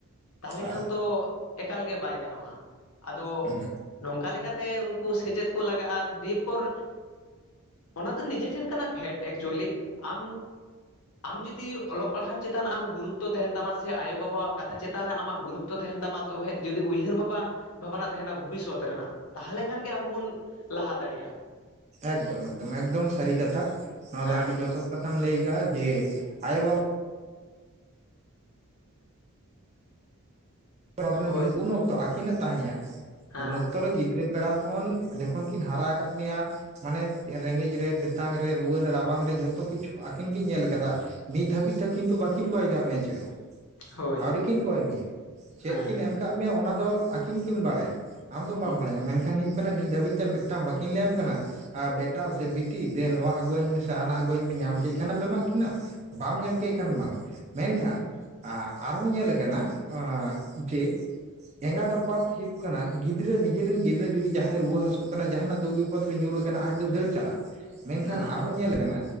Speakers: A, on the left; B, on the right.
A: ᱛᱟᱦᱞᱮ
B: ᱦᱩᱸ
A: ᱠᱷᱟᱱ ᱫᱚ ᱮᱠᱟᱞᱜᱮ ᱵᱟᱭ ᱜᱟᱱᱚᱜᱼᱟ ᱟᱫᱚ
B: ᱦᱮᱸ
A: ᱱᱚᱝᱠᱟ ᱞᱮᱠᱟᱛᱮ ᱩᱱᱠᱩ ᱥᱮᱪᱮᱫ ᱠᱚ ᱞᱟᱜᱟᱜᱼᱟ ᱫᱤᱭᱮ ᱯᱚᱨ ᱚᱱᱟ ᱫᱚ ᱱᱤᱡᱮ ᱴᱷᱮᱱ ᱠᱟᱱᱟ ᱯᱷᱮᱰ ᱮᱠᱪᱩᱭᱟᱹᱞᱤ ᱟᱢ ᱟᱢ ᱡᱩᱫᱤ ᱚᱞᱚᱜ ᱯᱟᱲᱦᱟᱜ ᱪᱮᱛᱟᱱ ᱟᱢ ᱜᱩᱨᱩᱛᱛᱚ ᱛᱟᱦᱮᱸᱱ ᱛᱟᱢᱟ ᱥᱮ ᱟᱭᱳ ᱵᱟᱵᱟᱼᱣᱟᱜ ᱠᱟᱛᱷᱟ ᱪᱮᱛᱟᱱ ᱨᱮ ᱟᱢᱟᱜ ᱜᱩᱨᱩᱛᱛᱚ ᱛᱟᱦᱮᱸᱱ ᱛᱟᱢᱟ ᱛᱚᱵᱮ ᱡᱩᱫᱤ ᱩᱭᱦᱟᱹᱨ ᱵᱷᱟᱵᱟᱜ ᱵᱷᱟᱵᱱᱟ ᱛᱟᱦᱮᱸᱱᱟ ᱵᱷᱩᱵᱤᱥᱥᱚᱛ ᱨᱮᱱᱟᱜ ᱛᱟᱦᱞᱮ ᱠᱷᱟᱱ ᱜᱮ ᱟᱵᱚ ᱵᱚᱱ ᱞᱟᱦᱟ ᱫᱟᱲᱮᱭᱟᱜᱼᱟ
B: ᱮᱜᱽᱫᱚᱢ ᱮᱜᱽᱫᱚᱢ ᱮᱠᱫᱚᱢ ᱥᱟᱹᱨᱤ ᱠᱟᱛᱷᱟ ᱱᱚᱶᱟ
A: ᱦᱮᱸ
B: ᱫᱚ ᱟᱹᱰᱤ ᱡᱚᱛᱷᱟᱛ ᱠᱟᱛᱷᱟᱢ ᱞᱟᱹᱭ ᱠᱟᱜᱼᱟ ᱡᱮ ᱟᱭᱳ ᱵᱟᱵᱟ <unintelligible>
A: ᱦᱳᱭ
B: ᱡᱮᱦᱩ ᱩᱱ ᱚᱠᱛᱚ ᱟᱹᱠᱤᱱᱟᱜ ᱛᱟᱦᱮᱸᱭᱟ
A: ᱦᱮᱸ
B: ᱩᱱ ᱚᱠᱛᱚ ᱨᱮ ᱜᱤᱫᱽᱨᱟᱹ ᱯᱮᱲᱟ ᱠᱷᱚᱱ ᱡᱚᱠᱷᱚᱱ ᱠᱤᱱ ᱦᱟᱨᱟ ᱟᱠᱟᱫ ᱢᱮᱧᱟ ᱢᱟᱱᱮ ᱨᱮᱸᱜᱮᱡ ᱨᱮ ᱛᱮᱛᱟᱝ ᱨᱮ ᱨᱩᱣᱟᱹ ᱨᱮ ᱨᱟᱵᱟᱝ ᱨᱮ ᱡᱷᱚᱛᱚ ᱠᱤᱪᱷᱩ ᱟᱹᱠᱤᱱ ᱠᱤᱱ ᱧᱮᱞ ᱠᱟᱫᱟ ᱱᱤᱛ ᱫᱷᱟᱹᱵᱤᱡ ᱛᱮ ᱠᱤᱱᱛᱩ ᱵᱟᱹᱠᱤᱱ ᱠᱚᱭ ᱠᱟᱜ ᱢᱮᱭᱟ᱾ ᱪᱮᱫ ᱦᱚᱸ?
A: ᱦᱳᱭ
B: ᱟᱹᱣᱨᱤ ᱠᱤᱱ ᱠᱚᱭ ᱢᱮᱭᱟ ᱪᱮᱫ
A: ᱦᱮᱸ
B: ᱠᱤᱱ ᱮᱢ ᱠᱟᱜ ᱢᱮᱭᱟ ᱚᱱᱟ ᱫᱚ ᱟᱹᱠᱤᱱ ᱠᱤᱱ ᱵᱟᱲᱟᱭᱟ? ᱟᱢ ᱫᱚ ᱵᱟᱢ
A: ᱦᱮᱸ
B: ᱵᱟᱲᱟᱭᱟ ᱢᱮᱱᱠᱷᱟᱱ ᱦᱩᱭᱩᱜ ᱠᱟᱱᱟ ᱱᱤᱛ ᱫᱷᱟᱹᱵᱤᱡ ᱛᱮ ᱢᱤᱫ ᱴᱟᱝ ᱵᱟᱠᱤᱱ ᱞᱟᱹᱭᱟᱢ ᱠᱟᱱᱟ ᱟᱨ ᱵᱮᱴᱟ ᱥᱮ ᱵᱤᱴᱤ ᱫᱮ ᱱᱚᱶᱟ ᱟᱹᱜᱩᱟᱹᱧ ᱢᱮᱥᱮ ᱦᱟᱱᱟ ᱟᱹᱜᱩᱣᱟᱹᱧ ᱢᱮ ᱧᱟᱢ ᱠᱮᱫ ᱠᱷᱟᱱᱮᱢ ᱮᱢᱟᱜ ᱠᱤᱱᱟ. ᱢ ᱵᱟᱢ ᱧᱟᱢ ᱠᱮᱫ ᱠᱷᱟᱱ ᱵᱟᱝᱼᱟ ᱢᱮᱱᱠᱷᱟᱱ ᱟᱨ ᱦᱚᱸ ᱧᱮᱞ ᱠᱟᱱᱟ ᱟᱧᱻ ᱡᱮ ᱮᱸᱜᱟᱛ ᱟᱯᱟᱛ ᱦᱩᱭᱩᱜ ᱠᱟᱱᱟ ᱜᱤᱫᱽᱨᱟᱹ ᱱᱤᱡᱮᱨᱤᱱ ᱜᱤᱫᱽᱨᱟᱹ ᱡᱩᱫᱤ ᱡᱟᱦᱟᱸᱭ ᱨᱩᱣᱟᱹ ᱦᱟᱹᱥᱩᱜ ᱠᱟᱱᱟ ᱡᱟᱦᱟᱸᱱᱟᱜ ᱫᱩᱠᱷ ᱜᱤ ᱯᱚᱫ ᱨᱮ ᱧᱩᱨ ᱠᱟᱱᱟ ᱟᱡ ᱫᱚ ᱫᱟᱹᱲ ᱪᱟᱞᱟᱜ ᱢᱮᱱᱠᱷᱟᱱ
A: ᱦᱮᱸ
B: ᱟᱨᱦᱚᱸ ᱧᱮᱞ ᱠᱟᱱᱟ